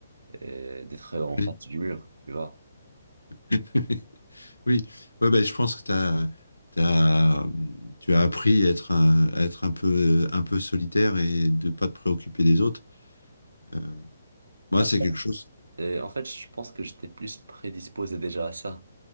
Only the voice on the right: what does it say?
euh, d'être en
face du mur, tu vois.
Après,
euh, en fait, je pense que j'étais plus prédisposé déjà à ça.